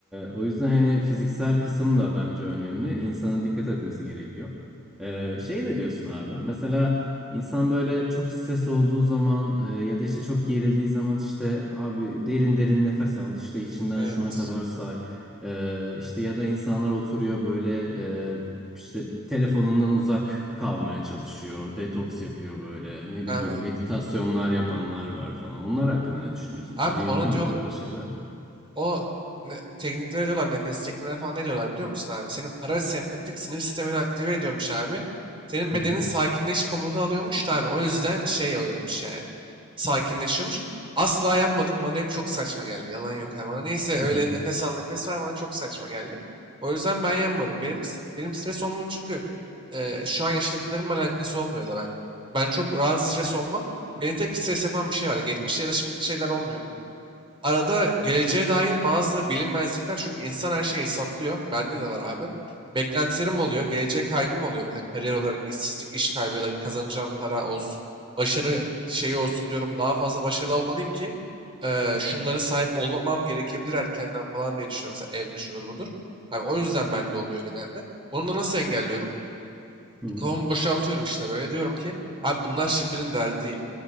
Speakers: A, in the centre; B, on the right.
A: o yüzden hani fiziksel kısım da bence önemli. İnsana dikkat etmesi gerekiyor. E, şey ne diyorsun abi? Mesela insan böyle çok stres olduğu zaman e, ya da işte çok gerildiği zaman işte abi derin derin nefes al. işte içinden
B: Evet,
A: şuna kadar say. Ee, işte ya da insanlar oturuyor böyle e, işte telefonundan uzak kalmaya çalışıyor, detoks yapıyor böyle, ne
B: abi.
A: bileyim meditasyonlar yapanlar var falan. Onlar hakkında ne düşünüyorsun?
B: Abi
A: Sen yapıyor
B: ona diyor,
A: mu böyle şeyler?
B: O ne- tekniklere diyorlar nefes çekmelere falan ne diyorlar biliyor musun abi? Senin parasempatik sinir sistemini aktive ediyormuş abi. Senin
A: Hı
B: bedenin
A: hı,
B: sakinleş komutu alıyormuş da abi. O yüzden şey oluyormuş yani. Sakinleşiyormuş. Asla yanmadım. Bana hep çok saçma geldi. Yalan yok abi. Bana neyse öyle
A: hı hı,
B: nefes al nefes ver bana çok saçma geldi. O yüzden ben yanmadım. Benim s- benim stres olmam çünkü e, şu an yaşadıklarımla alakası olmuyor da ben. Ben çok rahat stres olmam. Beni tek stres yapan bir şey var. Geçmişte ya da şimdiki şeyler olmuyor arada geleceğe dair bazı bilinmezlikler çünkü insan her şeyi hesaplıyor. Bende de var abi. Beklentilerim oluyor, geleceğe kaygım oluyor. Mesela kariyer olarak işsizlik, iş kaybı ya da kazanacağım para olsun, başarı şeyi olsun diyorum. Daha fazla başarılı olmalıyım ki eee, şunlara sahip olmam gerekebilir erkenden falan diye düşünüyorum. Mesela evde şudur budur. Abi o yüzden bende oluyor genelde. Bunu da nasıl engelliyorum?
A: hı hı.
B: Kafamı boşaltıyorum işte böyle diyorum ki abi bunlar şimdinin derdi değil.